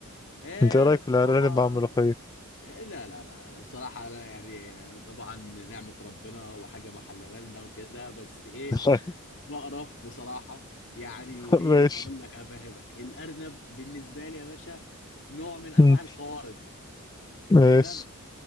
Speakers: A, on the left; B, on the left.
A: ايه
B: انت ايه رايك
A: بصراحة
B: في الارانب مع الملوخية
A: إيه لا لا لا بصراحة لا يعني آه، طبعا نعمة ربنا وحاجة محللة لنا وكده بس ايه
B: <laughs>
A: بقرف بصراحة يعني
B: ماشي
A: ليه اقول لك افهمك الارنب بالنسبة لي يا باشا نوع من انواع
B: مم.
A: القوارض
B: ماشي
A: تمام